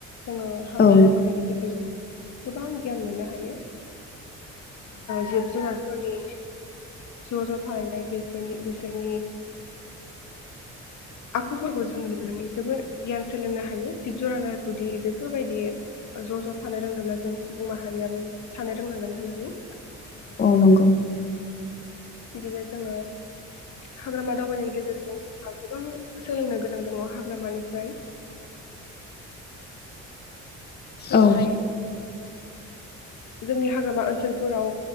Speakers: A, on the left; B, on the left.
A: जोङो हाग्रा
B: औ
A: दावबायनायनि गेजेरजो गोबां गियान मोननो हायो। जिब जुनार फोरनि ज' ज' थाहैनाय बेफोरनि बिसोरनि आखुफोरखौ जोङो नुनानै जोबोर गियान सोलोंनो हायो जिब जुनारा जुदि बेफोरबायदि ज' ज' थानो रोंदोंब्ला जों सुबुं माहारियाबो थानो रोंनांगोन होननानै।
B: नंगौ
A: बिदिनो जोङो हाग्रामा दावबायनायनि गेजेरजों जोंहा गोबां सोलोंनो गोनां दङ हाग्रामानिफ्राय जोंहाय
B: औ।
A: जोंनि हाग्रामा ओनसोलफोराव